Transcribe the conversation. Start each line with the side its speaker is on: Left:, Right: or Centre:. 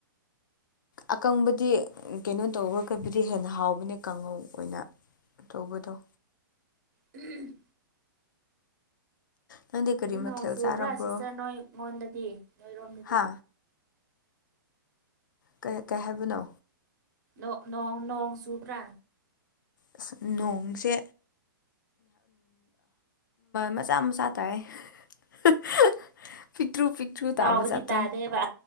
Left: ꯑꯀꯪꯕꯗꯤ ꯀꯩꯅꯣ ꯇꯧꯔꯒꯕꯨꯗꯤ ꯍꯦꯟꯅ ꯍꯥꯎꯕꯅꯦ ꯀꯥꯡꯍꯧ ꯑꯣꯏꯅ ꯇꯧꯕꯕꯨꯗꯣ
Right: ꯎꯝ
Left: ꯅꯪꯗꯤ ꯀꯔꯤ
Right: ꯑꯗꯨ
Left: ꯃꯊꯦꯜ
Right: ꯅꯣꯡ ꯆꯨꯕ꯭ꯔꯥ
Left: ꯆꯥꯔꯕ꯭ꯔꯣ
Right: ꯁꯤꯁꯇꯔ ꯅꯣꯏ ꯑꯩꯉꯣꯟꯗꯗꯤ ꯅꯣꯏꯔꯣꯝꯗꯗꯤ
Left: ꯍꯥ ꯀ ꯀꯩ ꯍꯥꯏꯕꯅꯣ
Right: ꯣꯡ ꯅꯣꯡ ꯁꯨꯕ꯭ꯔꯥ
Left: ꯑ ꯅꯣꯡꯁꯦ ꯃꯆꯥ ꯃꯆꯥ ꯇꯥꯏꯦ <unintelligible> ꯄꯤꯛꯇ꯭ꯔꯨ ꯄꯤꯛꯇ꯭ꯔꯨ ꯇꯥꯕ
Right: ꯆꯥꯎꯕꯗꯤ
Left: ꯖꯥꯠꯇꯣ
Right: ꯇꯥꯗꯦꯕ